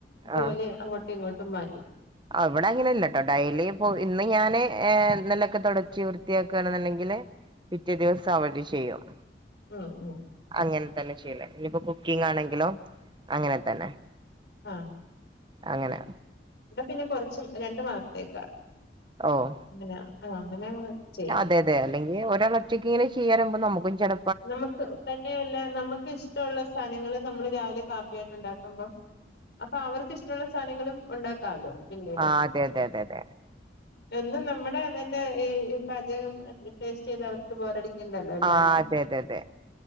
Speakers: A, on the left; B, on the right.
A: ജോലി
B: ആഹ്
A: അങ്ങോട്ടും ഇങ്ങോട്ടും മാറ്റും.
B: ആഹ് വിടെ അങ്ങനെ ല്ലാട്ടോ. ഡൈലി പ്പോ ഇന്ന് ഞാന് ന്നല്ലൊക്കെ തുടച്ച് വൃത്തിയാക്കുകയാണെന്നുണ്ടെങ്കില് പിറ്റേ ദിവസം അവടെ ചെയ്യും
A: ഉ ഉ
B: അങ്ങനെ തന്നെ ചെയ്യലേ ഇനിയിപ്പോ കുക്കിംഗ് ആണെങ്കിലോ അങ്ങനെ തന്നെ
A: ആം
B: അങ്ങനെ
A: ഇവടെ പിന്നെ കൊറച്ചും രണ്ട മാസത്തേക്കാ
B: ഓഹ്
A: അങ്ങനെ ആ അങ്ങനെയ ചെയ്യും
B: അതെതെ അല്ലെങ്കിൽ ഒരാള് ഒറ്റക്കി ങ്ങനെ ചെയ്യാനുമോ നമുക്കും ചെല
A: നമുക്ക് തന്നെയല്ല നമുക്ക് ഇഷ്ടമുള്ള സാധനങ്ങള്ൾ നമ്മള് രാവിലെ കാപ്പിയായിട്ട് ഉണ്ടാക്കുമ്പോം അപ്പൊ അവർക്ക് ഇഷ്ടമുള്ള സാധനങ്ങളും ഉണ്ടാക്കാല്ലോ പിന്നീട്
B: ആ അതെ അതെ അതെ അതെ
A: എന്നും നമ്മുടെ തന്നെ ഈ പാചകം ടെസ്റ്റ് ചെയ്ത് അവർക്ക് ബോറടിക്കേണ്ടല്ലോ എല്ലാവർക്കും
B: ആ അതെ അതെ അതെ